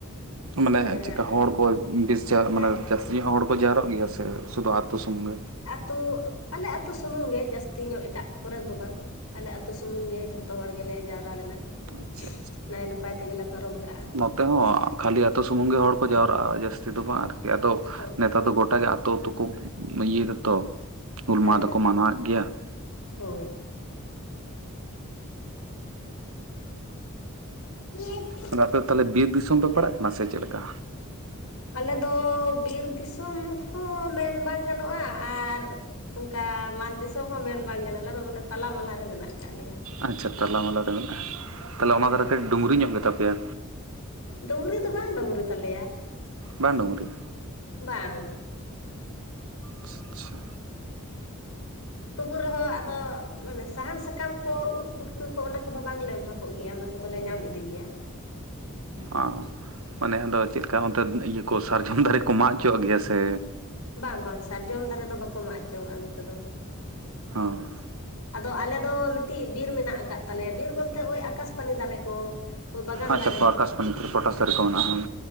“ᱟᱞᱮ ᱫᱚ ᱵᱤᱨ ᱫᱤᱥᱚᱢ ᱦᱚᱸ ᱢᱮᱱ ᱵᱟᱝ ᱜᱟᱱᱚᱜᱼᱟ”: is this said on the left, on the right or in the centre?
Left